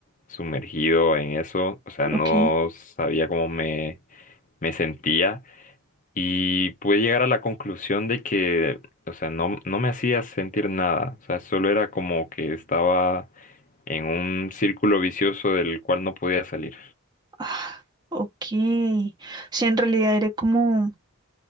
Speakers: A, on the left (about 35°); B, on the right (about 20°).
A: sumergido en eso, o sea, no
B: ok.
A: sabía cómo me, me sentía y pude llegar a la conclusión de que, o sea, no, no me hacía sentir nada, o sea, solo era como que estaba en un círculo vicioso del cual no podía salir.
B: Ah, ok. O sea, en realidad era como,